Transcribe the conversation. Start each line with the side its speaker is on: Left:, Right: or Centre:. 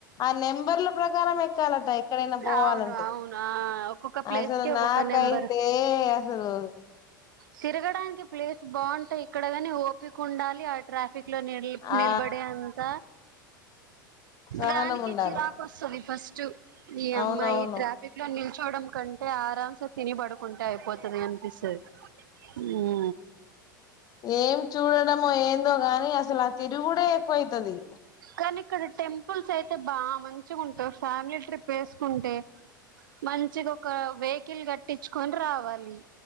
Left: ఆ నెంబర్ల ప్రకారం ఎ ఎక్కాలంట ఎక్కడైనా పోవాలంటే
Right: అవును అవును ఆ ఒక్కొక్క ప్లేస్
Left: అసలు
Right: కి ఒక్కొక్క
Left: నాకైతే
Right: నెంబర్
Left: అసలు
Right: తిరగడానికి ప్లేస్ బాగుంటాయి ఇక్కడ కాని ఓపిక ఉండాలి ఆట్రా ఫ్క్లో నిల్
Left: ఆ
Right: నిలబడేంత
Left: సహనం
Right: దానికి
Left: ఉండాలి
Right: చిరాకు వస్తుది ఫస్ట్ నీయమ్మ
Left: అవునవును
Right: ఇ ట్రాఫిక్ లో ని చోడం కంటే ఆరాంసే తినిబడుకుంటే అయిపోతుంది అనిపిస్తుంది అ
Left: ఏం చూడడమో ఏందో కాని అసలు ఆ తిరుగుడే ఎక్కువైతది
Right: కానీ ఇక్కడ టెంపుల్స్ అయితే బాగా మంచిగా ఉంటై ఫ్యామిలీ ట్రిప్ వేసుకుంటే మంచిగా ఒక వెహికల్ కట్టించుకొని రావాలి